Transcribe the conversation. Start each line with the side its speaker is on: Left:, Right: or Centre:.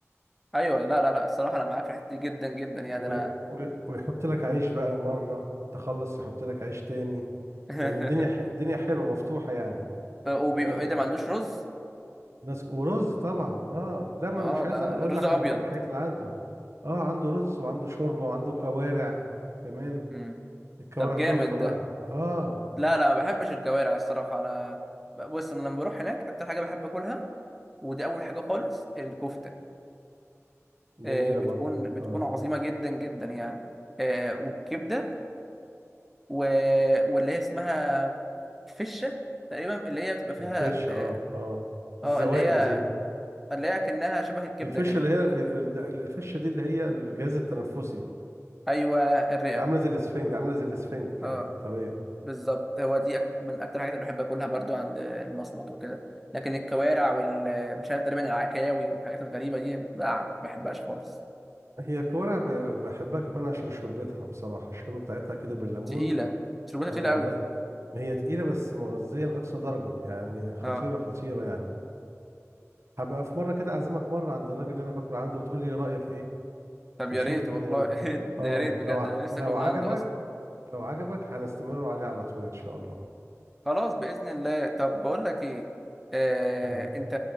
Centre: ايوه لا لا لا الصراحه انا معاك في الحته دي جدا جدا يعني
Right: و...
Centre: انا
Right: و... ويحط لك عيش بقى مرة تخلص يحط لك عيش تاني
Centre: <laughs>
Right: يعني الدنيا ح... الدنيا حلوة مفتوحة يعني
Centre: ف- وبي...
Right: ن-
Centre: ايه ده ما عندوش رز
Right: ناس ورز طبعا اه لا ما
Centre: اه
Right: انا مش عايز
Centre: ده
Right: اقول
Centre: رز
Right: لك على
Centre: ابيض
Right: كل الحاجات اللي عنده اه عنده رز وعنده شوربه وعنده كوارع كمان
Centre: امم
Right: الكوارع
Centre: طب
Right: تحفه
Centre: جامد
Right: بقى
Centre: ده
Right: اه
Centre: لا لا ما بحبش
Right: حق.
Centre: الكوارع الصراحة أنا بص أنا لما بروح هناك أكتر حاجة بحب أكلها ودي أول حاجة خالص الكفتة
Right: جميله
Centre: آه، بتكون
Right: برضك
Centre: بتكون
Right: اه
Centre: عظيمة جدا جدا يعني آه، والكبدة و... واللي هي اسمها فشة تقريبا اللي هي بتبقى فيها
Right: الفشه
Centre: اه
Right: اه اه
Centre: آه،
Right: الزوائد
Centre: اللي هي
Right: دي
Centre: اللي هي كأنها شبه الكبدة
Right: الفشه
Centre: كده
Right: اللي هي ال- ال- الفشه دي اللي هي الجهاز التنفسي
Centre: أيوة الرئة
Right: عامله زي الاسفنج عامله زي الاسفنج كده
Centre: اه
Right: طريه
Centre: بالظبط هو دي أك... من أكتر الحاجات اللي بحب أكلها برضو عند المصمت وكده لكن الكوارع وال مش عارف تقريبا العكاوي والحاجات الغريبة دي لا ما بحبهاش خالص
Right: هي كوارع ب- بحبها كمان عشان شوربتها بصراحه الشوربه بتاعتها كده بالليمون
Centre: تقيلة شربتها تقيلة
Right: اه
Centre: قوي
Right: ما هي تقيلة بس مغذية لأقصى درجة يعني خطيرة
Centre: اه
Right: خطيرة يعني هبقى في مرة كده أعزمك مرة عند الراجل اللي أنا باكل عنده وتقول لي رأيك إيه
Centre: طب
Right: تشوف
Centre: يا ريت
Right: كده
Centre: والله
Right: بقى
Centre: <laughs> ده
Right: آه
Centre: يا ريت بجد
Right: لو ع...
Centre: انا نفسي
Right: لو
Centre: اكل من
Right: عجبك
Centre: عنده اصلا
Right: لو عجبك هنستمر عليه على طول إن شاء الله
Centre: خلاص بإذن الله طب بقول لك ايه آه،
Right: أيوة
Centre: انت